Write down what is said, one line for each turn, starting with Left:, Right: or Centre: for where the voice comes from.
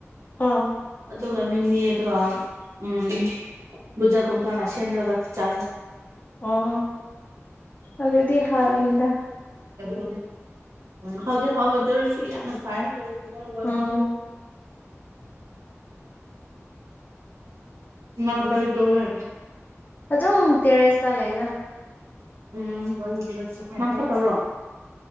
Left: ꯑꯥ
Right: ꯑꯗꯨꯒ ꯃꯤꯃꯤ ꯑꯗꯨ ꯎꯝ ꯕꯨꯖꯥꯒꯨꯝꯐꯅ ꯁꯦꯝꯔꯒ ꯆꯥꯏ
Left: ꯑꯣ ꯑꯗꯨꯗꯤ ꯍꯥꯎꯒꯅꯤꯗ
Right: ꯍꯧꯎꯗꯤ ꯍꯧꯌꯦ ꯑꯗꯨ ꯑꯣꯏꯔꯁꯨ ꯌꯥꯝꯅ ꯁꯥꯏꯌꯦ
Left: ꯎꯝ
Right: ꯅꯪ ꯀꯔꯤ ꯇꯧꯌꯦ
Left: ꯑꯗꯨꯝ ꯇꯦꯔꯦꯁꯇ ꯂꯩꯗ
Right: ꯎꯝ ꯅꯪ ꯈꯛꯇꯔꯣ